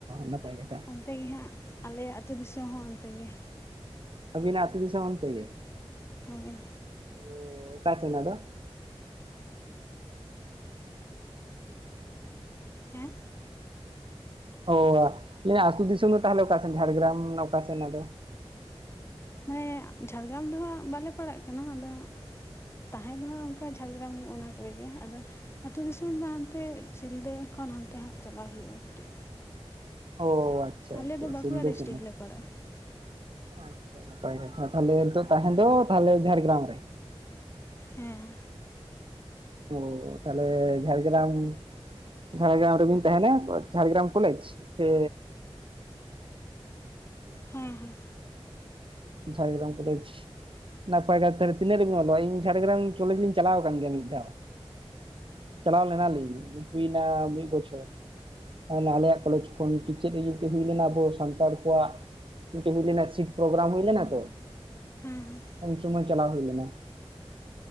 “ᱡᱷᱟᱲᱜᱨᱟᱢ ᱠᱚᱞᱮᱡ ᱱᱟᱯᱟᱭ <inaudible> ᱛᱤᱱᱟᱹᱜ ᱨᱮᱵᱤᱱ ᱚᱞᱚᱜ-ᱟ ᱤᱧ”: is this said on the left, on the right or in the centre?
Right